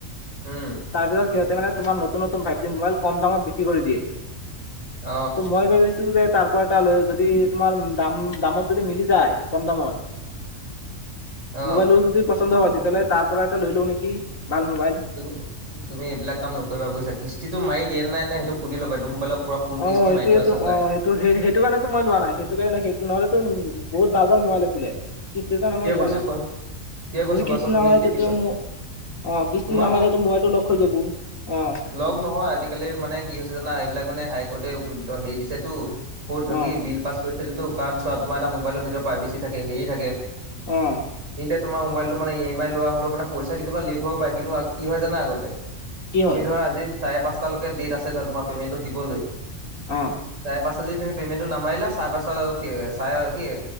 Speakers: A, on the right; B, on the left.
A: উম।
B: তাৰপিছত সিহঁতে মানে তোমাৰ নতুন নতুন ফাইভজি মোবাইল কম দামত বিক্ৰী কৰি দিয়ে। ত'
A: অ
B: মই ভাবিছোঁ যে তাৰ পৰা এটা লৈ, যদি তোমাৰ দাম, দামত যদি মিলি যায় কম দামত
A: অ
B: মোবাইলো যদি পচন্দ হয়, তেতিয়াহ'লে তাৰপৰা এটা লৈ লও নেকি ভাল মোবাইল।
A: তুমি তুমি এইবিলাক কাম নকৰিবা বুজিছা, কিস্তিটো মাৰি দিয়ে নে সেইটো সুধি লবা এইটো মোবাইলৰ পুৰা ফুল
B: অ'
A: কিস্তি
B: এইটোয়েতো
A: মাৰি থোৱা আছে নাই
B: অ' ত' সেই-সেইটো কাৰণেতো মই লোৱা নাই, সেইটো কাৰণে সেইটো নহ'লেতো বহুত ভাল ভাল মোবাইল আছিলে। কিস্তিৰ কাৰণে
A: কিয়
B: মই লোৱা
A: কৈছো
B: নাই,
A: ক কিয় কৈছো
B: যদি
A: কোৱাচোন
B: কিস্ত
A: তুমি
B: নামেৰে
A: যদি
B: তেতিয়া
A: পিছত
B: মোৰ অ' কিস্তি
A: তোমাৰ
B: নামাৰিলেতো মোবাইলটো লক হৈ যাব অ'।
A: লক নহয় আজিকালি মানে কি হৈছে জানা, এইবিলাক মানে হাই কোৰ্টে হেৰি দিছেতো ক'ট
B: অ
A: কি বিল পাছ কৰিছেতো কাৰণ চোৱা তোমাৰ এটা মোবাইলৰ নিজৰ প্ৰাইভেচি থাকে, হেৰি থাকে।
B: অ'।
A: তেন্তে তোমাৰ মোবাইলটো মানে ই এম আই লোৱা হ'লে মানে পইচা কেতিাবা লেট হ'ব পাৰে কিন্তু কি হয় জানা আগতে?
B: কি হয়
A: তুমি ধৰা আজি চাৰে পাঁচটালৈকে ডেট আছে দিবলৈ, তোমাৰ পেমেন্টটো দিবলৈ,
B: অ
A: চাৰে পাঁচ এতিয়া ধৰ পেমেণ্টটো নামাৰিলা ছাৰে পাঁচ টা ছাৰে কি